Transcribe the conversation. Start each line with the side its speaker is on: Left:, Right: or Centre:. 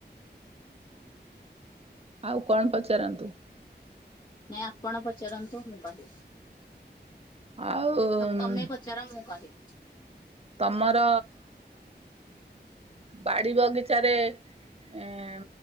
Right: ଆଉ କଣ ପଚାରନ୍ତୁ?
Left: ନାଇଁ ଆପଣ ପଚାରନ୍ତୁ ମୁଁ କହିବି।
Right: ଆଉ
Left: ତ ତମେ ପଚାର ମୁଁ କହିବି।
Right: ତମର ବାଡି ବଗିଚାରେ ଏଁ